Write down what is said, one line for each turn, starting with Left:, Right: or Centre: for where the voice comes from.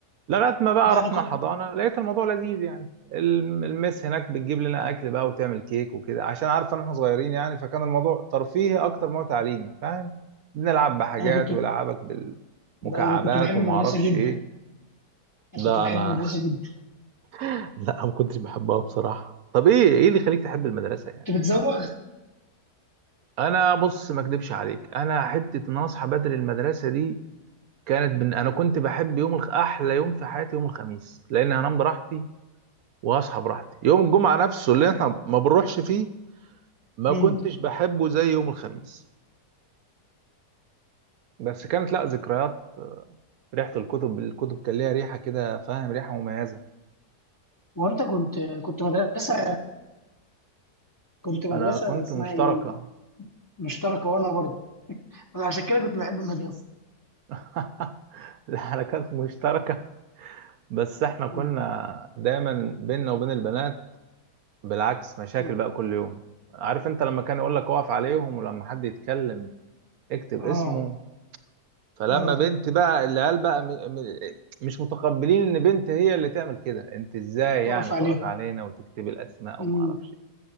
Right: لغايه ما بقى
Left: لا
Right: رحنا
Left: انا كنت
Right: الحضانه لقيت الموضوع لذيذ يعني الم- المس هناك بتجيب لنا اكل بقى وتعمل كيك وكده عشان عارفه ان احنا صغيرين يعني فكان الموضوع ترفيهي اكتر ما هو تعليمي فاهم بنلعب بحاجات
Left: انا كنت
Right: ويلعبك بالمكعبات
Left: انا كنت بحب
Right: وما
Left: المدرسه
Right: اعرفش
Left: جدا
Right: ايه
Left: انا
Right: لا
Left: كنت بحب
Right: انا
Left: المدرسه جدا
Right: <laughs> لا ما كنتش بحبها بصراحه طب ايه ايه اللي يخليك تحب المدرسه يعني
Left: كنت بتزوغ
Right: انا بص ما اكدبش عليك انا حته ان أنا اصحى بدري المدرسه دي كانت بن... انا كنت بحب يوم الخ... احلى يوم في حياتي يوم الخميس لان هنام براحتي واصحى براحتي يوم الجمعه نفسه اللي احنا ما بنروحش فيه ما
Left: مم.
Right: كنتش بحبه زي يوم الخميس بس كانت لا ذكريات ريحه الكتب الكتب كان ليها ريحه كده فاهم ريحه مميزه
Left: وانت كنت كنت مدرسه كنت مدرسه
Right: انا كنت
Left: اسمها
Right: مشتركه
Left: ايه مشتركه وانا برضه انا عشان كده كنت بحب المدرسه
Right: <laughs> لا انا كانت مشتركه بس احنا كنا
Left: مم.
Right: دايما بيننا وبين البنات بالعكس مشاكل
Left: مم.
Right: بقى كل يوم عارف انت لما كان يقول لك اقف عليهم ولما حد يتكلم اكتب
Left: اه
Right: اسمه فلما
Left: اه
Right: بنت بقى العيال بقى م... م... مش متقبلين ان بنت هي اللي تعمل كده انت ازاي
Left: تقف
Right: يعني تقف
Left: عليهم
Right: علينا وتكتب الاسماء
Left: مم.
Right: وما اعرفش إيه.